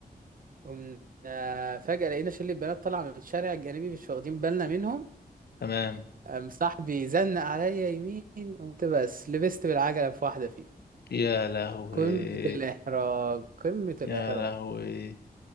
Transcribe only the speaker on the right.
قمنا فجأة لقينا شلة بنات طالعة من الشارع الجانبي مش واخدين بالنا منهم
قام صاحبي زنق عليا يمين قمت بس لبست بالعجلة في واحدة فيهم
قمة الإحراج قمة الإحراج